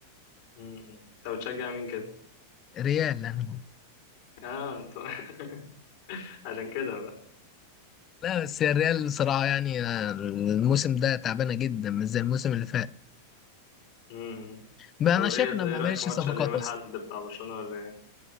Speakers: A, on the left; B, on the left.
A: م- م. طب بتشجع مين كده
B: ريال يعني.
A: اه انت- <laughs> عشان كده بقى
B: لا بس هي الريال بصراحه يعني آه، الموسم ده تعبانه جدا مش زي الموسم اللي فات
A: م- م.
B: بقى
A: طب
B: انا
A: ايه
B: شايف انها
A: ايه
B: ما
A: رأيك
B: عملتش
A: في ماتش
B: صفقات
A: اليوم الأحد
B: اصلا
A: بتاع برشلونة والريال